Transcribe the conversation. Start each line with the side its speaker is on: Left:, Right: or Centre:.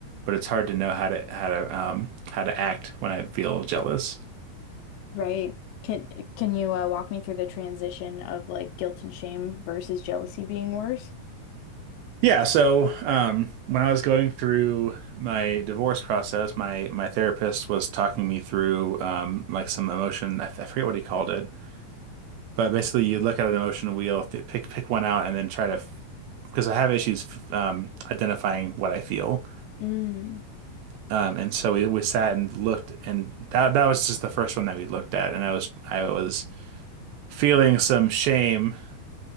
Right: but it's hard to know how to how to um, how to act when I feel jealous.
Left: right. Can can you uh, walk me through the transition of like guilt and shame versus jealousy being worse?
Right: Yeah, so um, when I was going through my divorce process, my my therapist was talking me through um, like some emotion. I, f- I forget what he called it, but basically, you look at an emotion wheel, th- pick pick one out, and then try to because I have issues f- um, identifying what I feel.
Left: Mm,
Right: Um, and so we, we sat and looked, and that that was just the first one that we looked at, and I was I was feeling some shame,